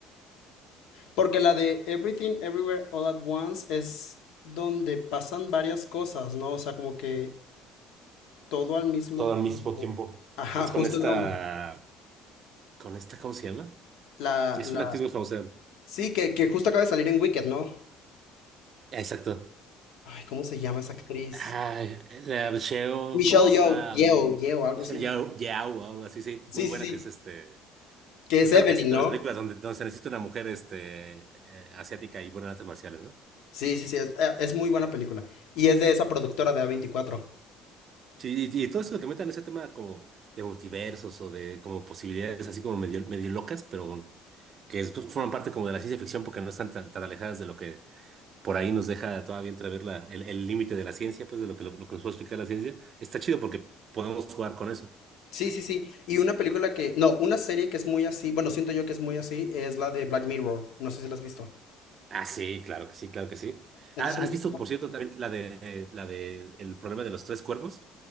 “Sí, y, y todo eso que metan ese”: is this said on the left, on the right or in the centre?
Right